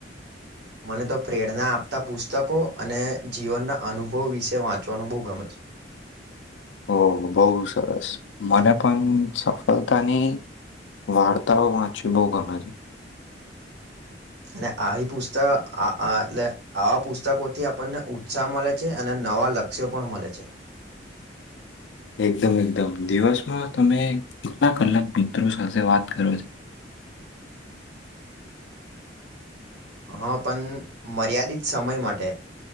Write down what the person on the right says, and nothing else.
મને તો પ્રેરણા આપતા પુસ્તકો અને જીવનના અનુભવ વિશે વાંચવાનું બો ગમે છે.
અને આવી પુસ્ત આ-આ એટલે આવા પુસ્તકોથી આપણને ઉત્સાહ મલે છે અને નવા લક્ષ્યો પણ મલે છે.
હા પણ મર્યાદિત સમય માટે.